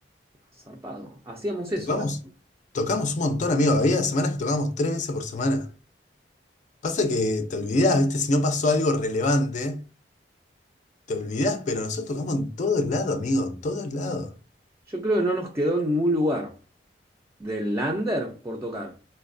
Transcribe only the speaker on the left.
Tocamos,
tocamos un montón, amigo. Había semanas que tocábamos tres veces por semana. Pasa que te olvidás, ¿viste? Si no pasó algo relevante, te olvidás, pero nosotros tocamos en todos lados, amigo, en todos lados.